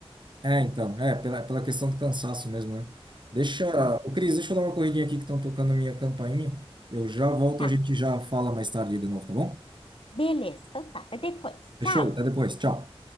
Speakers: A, on the right; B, on the left.
A: É, então, é, pela, pela questão do cansaço mesmo, né? Deixa. Ô, Cris, deixa eu dar uma corridinha aqui que estão tocando a minha campainha. Eu já volto,
B: É.
A: a gente já fala mais tarde de novo, tá bom?
B: Beleza, então tá, até depois.
A: Fechou?
B: Tchau!
A: Até depois. Tchau.